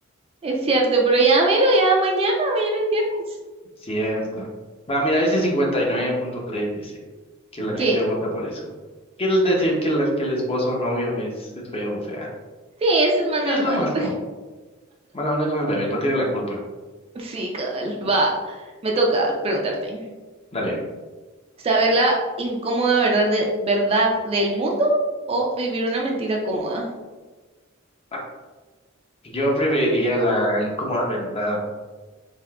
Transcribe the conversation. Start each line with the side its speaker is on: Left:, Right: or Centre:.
Right: Es cierto, pero ya miro, ya mañana, mañana es viernes.
Left: Cierto. Va, mira, dice cincuenta y nueve punto tres dice que la gente
Right: ¿Qué?
Left: vota por eso. Quiere decir que, la- que el esposo o novio es, es feo o fea.
Right: Sí, eso es más
Left: Sí,
Right: normal.
Left: es lo más común.
Right: <laughs>
Left: Mala onda con el bebé, no tiene la culpa.
Right: Sí, cabal, va. Me toca preguntarte,
Left: Dale, güey.
Right: ¿saber la incómoda verdad, de, verdad del mundo o vivir una mentira cómoda?
Left: Ah, yo preferiría la incómoda verdad.